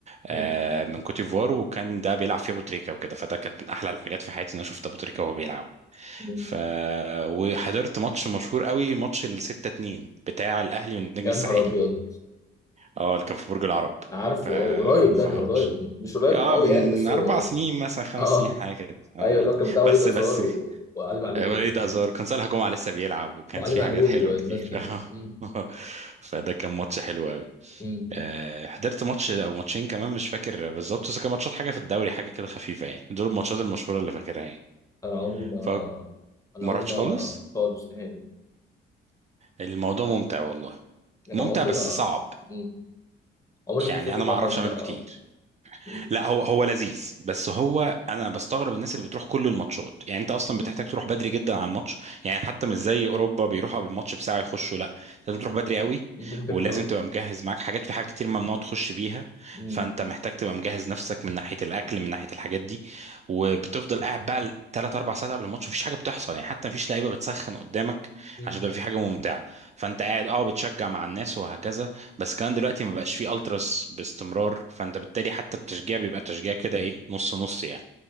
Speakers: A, on the left (about 15°); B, on the right (about 35°).
A: مم.
B: آه، من كوت ديفوار وكان ده بيلعب في ابو تريكه وكده فده كانت من احلى الحاجات في حياتي ان انا شفت ابو تريكه وهو بيلعب
A: مم.
B: ف وحضرت ماتش مشهور قوي ماتش ال 6 2 بتاع الاهلي والنجم
A: يا
B: الساحلي
A: نهار ابيض
B: اه اللي كان في برج العرب
A: عارفه
B: ف
A: آه، قريب ده
B: فماتش
A: كان قريب مش قريب
B: اه
A: قوي
B: من
A: يعني بس
B: اربع
A: اه
B: سنين مثلا خمس
A: آه،
B: سنين حاجه كده اه
A: ايوه
B: يعني
A: اللي هو كان بتاع وليد
B: بس
A: ازار
B: بس
A: و- وعلي معلول
B: آه، وليد ازار كان صالح جمعه لسه بيلعب وكان
A: وعلي
B: في
A: معلول
B: حاجات حلوه
A: والناس
B: كتير
A: دي
B: <laughs>
A: مم.
B: اه فده كان ماتش حلو قوي
A: مم.
B: آه، حضرت ماتش او ماتشين كمان مش فاكر بالظبط بس كان ماتشات حاجه في الدوري حاجه كده خفيفه يعني دول الماتشات المشهوره اللي فاكرها يعني
A: انا عمري ما
B: فما
A: انا عمري
B: رحتش
A: ما
B: خالص
A: خالص نهائي
B: الموضوع ممتع والله
A: انا
B: ممتع
A: عمري
B: بس
A: ما
B: صعب
A: مم. عمري ما
B: يعني
A: حسيت
B: انا
A: ان
B: ما
A: هو
B: اعرفش
A: ممتع
B: اعمله كتير
A: اه مم.
B: لا هو هو لذيذ بس هو انا بستغرب الناس اللي بتروح كل الماتشات يعني انت اصلا
A: مم.
B: بتحتاج تروح بدري جدا على الماتش يعني حتى مش زي اوروبا بيروحوا قبل الماتش بساعه يخشوا لا لازم تروح
A: مم.
B: بدري قوي
A: دي الفكره
B: ولازم
A: اه
B: تبقى مجهز معاك حاجات في حاجات كتير ممنوع تخش بيها
A: مم.
B: فانت محتاج تبقى مجهز نفسك من ناحيه الاكل من ناحيه الحاجات دي وبتفضل قاعد بقى ثلاث اربع ساعات قبل الماتش مفيش حاجه بتحصل يعني حتى مفيش لعيبه بتسخن قدامك
A: مم.
B: عشان تبقى في حاجه ممتعه فانت قاعد اه بتشجع مع الناس وهكذا بس كمان دلوقتي ما بقاش فيه التراس باستمرار فانت بالتالي حتى التشجيع بيبقى تشجيع كده ايه نص نص يعني